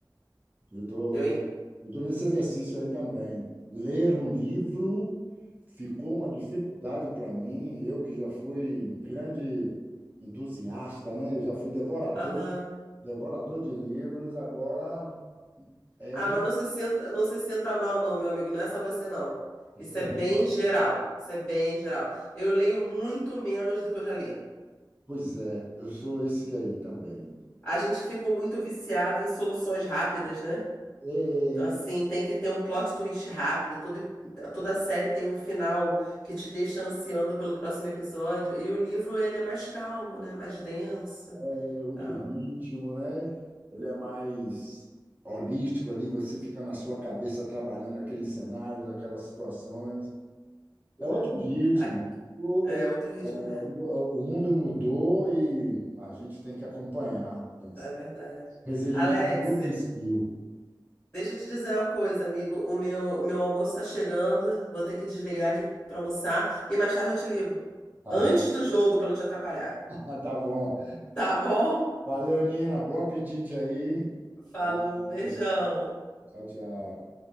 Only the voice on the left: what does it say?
Eu, en-
aham.
Ah,
mas não se sinta, não se sinta mal, não, meu amigo. Não é só você, não.
Isso é bem geral. Isso é bem geral. Eu leio muito menos do que eu já li.
A gente ficou muito viciado em soluções rápidas, né?
Então, assim, tem que ter um plot twist rápido. Todo, toda série tem um final que te deixa ansiando pelo próximo episódio. E o livro, ele é mais calmo, né? Mais denso,
tal.
né?
A-
É,
outro ritmo
mesmo.
É
verdade.
Alex,
deixa eu te dizer uma coisa, amigo. O meu, meu almoço está chegando. Vou ter que desligar aqui para almoçar. E mais tarde eu te ligo.
Antes
do jogo, para não te atrapalhar.
Tá bom?
Falou,
um beijão.